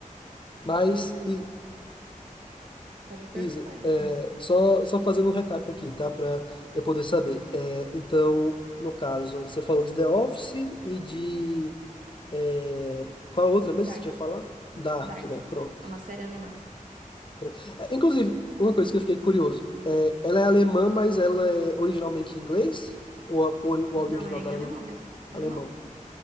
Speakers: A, on the left; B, on the right.
A: Mas,
B: E
A: I-
B: pode perguntar
A: Isa,
B: aí.
A: é, só, só fazendo um recap aqui, tá? Para eu poder saber. É, então, no caso, você falou de The Office e de. é, qual a outra mesmo
B: Dark.
A: que você tinha falado? Dark,
B: Dark.
A: né? Pronto.
B: É uma série alemã.
A: pronto. É, inclusive, uma coisa que eu fiquei curioso: é, ela é alemã, mas ela é originalmente em inglês? Ou a- o, o
B: Não,
A: áudio original
B: é em
A: dela
B: alemão
A: é em
B: mesmo.
A: alemão?
B: Alemão.